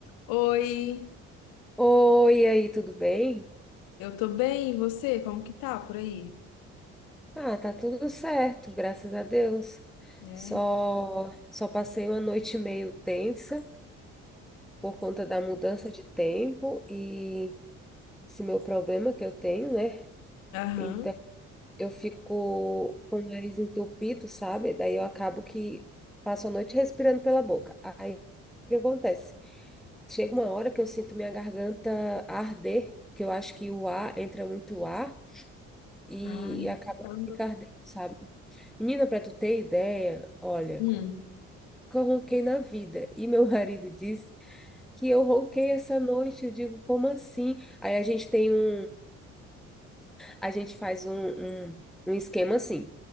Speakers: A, on the left (about 80°); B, in the centre.
A: Oi,
B: Oi, e aí, tudo bem?
A: eu tô bem, e você? Como que tá por aí?
B: Ah, tá tudo certo, graças a Deus.
A: É.
B: Só só passei uma noite meio tensa por conta da mudança de tempo e esse meu problema que eu tenho, né?
A: Aham.
B: Então, eu fico com o nariz entupido, sabe? Daí eu acabo que passo a noite respirando pela boca. Aí, o que acontece? Chega uma hora que eu sinto minha garganta arder, porque eu acho que o ar entra muito ar e
A: Ai,
B: acaba
A: caramba.
B: que fica ardendo, sabe? Menina, pra tu ter ideia, olha,
A: Hum.
B: coloquei na vida. E meu <laughs> marido disse que eu ronquei essa noite. Eu digo, como assim? Aí a gente tem um, a gente faz um, um, um esquema assim.